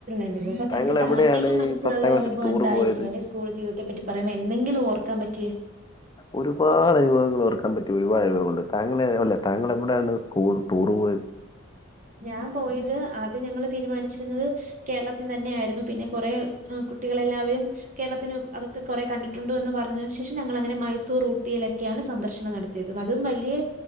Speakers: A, on the right; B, on the left.
A: അനുഭവം അത്കണക്ക്
B: താങ്കൾ
A: തങ്കുടെ
B: എവിടെയാണ്
A: മനസ്സിലുള്ള
B: ഈ പത്താം
A: ഒരു
B: ക്ലാസ്സിൽ
A: അനുഭവം
B: ടൂർ
A: എന്തായിരിക്കും
B: പോയത്
A: അല്ല സ്കൂൾ ജീവിതത്തെ പറ്റി പറുമ്പോ എന്തെങ്കിലും ഓർക്കാൻ പറ്റേ.
B: ഒരുപാട് അനുഭവങ്ങൾ ഒർക്കാൻ പറ്റി ഒരുപാട് അനുഭവങ്ങളുണ്ട് താങ്കളെ അല്ലേ താങ്കളെവിടെയാണ് സ്കൂൾന്ന് ടൂറ് പോയത്.
A: ഞാൻ പോയത് ആദ്യം ഞങ്ങള് തീരുമാനിച്ചിരുന്നത്. കേരളത്തിന് തന്നെ ആയിരുന്നു പിന്നെ കൊറെ ഉം കുട്ടികളെല്ലാവരും. കേരളത്തിന് അകത്ത് കൊറെ കണ്ടിട്ടുണ്ടോ എന്ന് പറഞ്ഞതിനു ശേഷം ഞങ്ങൾങ്ങനെ മൈസൂർ ഊ ട്ടിയിലൊക്കെയാണ് സന്ദർശനം നടത്തിയതും അതും വലിയ